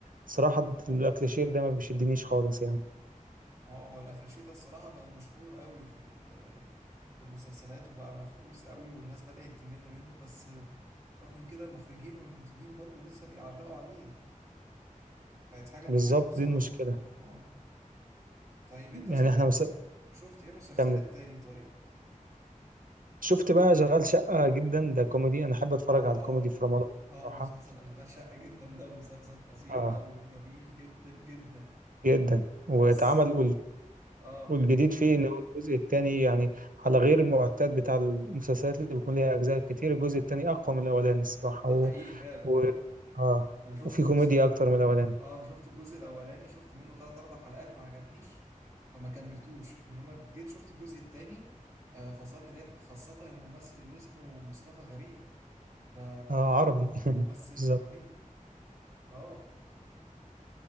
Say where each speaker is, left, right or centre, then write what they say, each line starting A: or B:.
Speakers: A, on the right (about 80°); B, on the right (about 20°).
A: صراحه الاكليشيه ده ما بيشدنيش خالص يعني
B: اه هو الأكلاشيه ده الصراحة بقى مشهور قوي في ال- في المسلسلات وبقى مفقوس قوي والناس بدأت تمل منه بس رغم كده المخرجين والمنتجين برضو لسه بيعلقوا عليه بقت حاجة
A: بالظبط
B: متعبة بصراحة
A: دي المشكله
B: اه اه طيب انت
A: يعني
B: شفت
A: احنا مس...
B: شفت ايه مسلسلات
A: كمل
B: تاني طيب
A: شفت بقى شغال شقه جدا ده كوميدي انا احب اتفرج
B: اه
A: على الكوميدي في رمضان
B: اه
A: بصراحه
B: مسلسل أشغال شقة جدا ده مسلسل فظيع
A: اه
B: قوي وجميل جدا جدا
A: جدا واتعمل
B: خاصة اه
A: والجديد فيه ان هو الجزء الثاني يعني على غير المعتاد بتاع المسلسلات اللي بيكون ليها اجزاء كتير الجزء الثاني اقوى من الاولاني الصراحه
B: آه، ده
A: و...
B: حقيقي فعلا
A: و...
B: ده حقيقي
A: اه
B: انا شفت
A: وفي
B: الجزء
A: كوميديا اكتر من الاولاني
B: اه انا شفت الجزء الاولاني شفت منه ثلاث اربع حلقات ما عجبنيش فما كملتوش انما جيت شفت الجزء الثاني فصلني ضحك خاصة الممثل اللي اسمه مصطفى غريب ده
A: اه عربي <laughs>
B: ممثل
A: بالظبط
B: رهيب اه